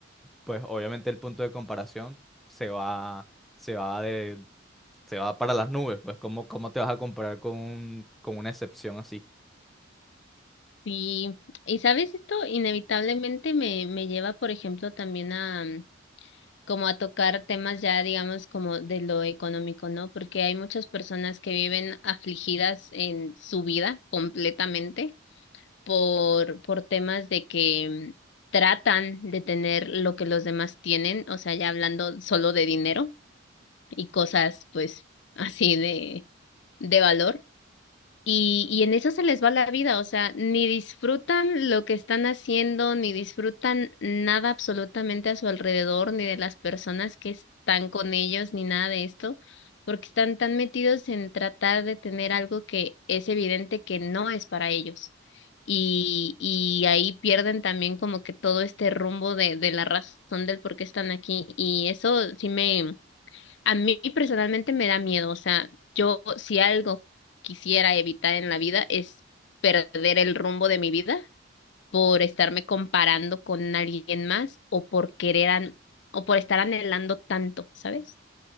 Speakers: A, in the centre; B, on the left (about 60°).
A: pues obviamente el punto de comparación se va, se va de- se va para las nubes, pues ¿cómo, cómo te vas a comparar con, un- con una excepción así?
B: Sí, y sabes, esto inevitablemente me, me lleva, por ejemplo, también a... como a tocar temas ya, digamos, como de lo económico, ¿no? Porque hay muchas personas que viven afligidas en su vida completamente por, por temas de que mm, tratan de tener lo que los demás tienen, o sea, ya hablando solo de dinero y cosas, pues, <laughs> así de, de valor y, y en eso se les va la vida, o sea, ni disfrutan lo que están haciendo, ni disfrutan nada absolutamente a su alrededor, ni de las personas que están con ellos, ni nada de esto, porque están tan metidos en tratar de tener algo que es evidente que no es para ellos. Y, y ahí pierden también como que todo este rumbo de, de la razón del por qué están aquí. Y eso sí me a mí personalmente me da miedo, o sea, yo si algo quisiera evitar en la vida es perder el rumbo de mi vida por estarme comparando con alguien más o por querer an- o por estar anhelando tanto, ¿sabes?